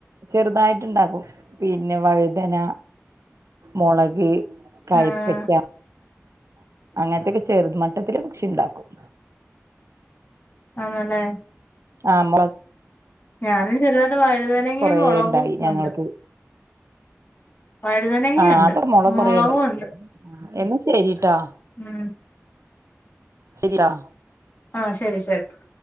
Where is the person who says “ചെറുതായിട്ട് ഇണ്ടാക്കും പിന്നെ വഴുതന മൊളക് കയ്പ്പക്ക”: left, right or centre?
Right